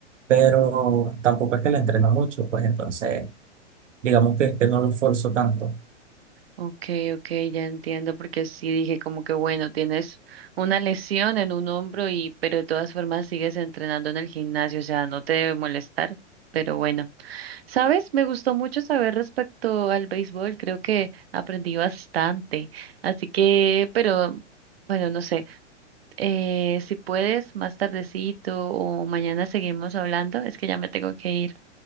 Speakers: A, on the right; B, on the right.
A: Pero tampoco es que la entreno mucho, pues entonces digamos que, que no lo esfuerzo tanto.
B: Okay, okay, ya entiendo, porque sí dije como que bueno, tienes una lesión en un hombro y, pero de todas formas sigues entrenando en el gimnasio, o sea, no te debe molestar, pero bueno, ¿sabes? Me gustó mucho saber respecto al béisbol, creo que aprendí bastante, así que, pero bueno, no sé, eh, si puedes más tardecito o mañana seguimos hablando, es que ya me tengo que ir.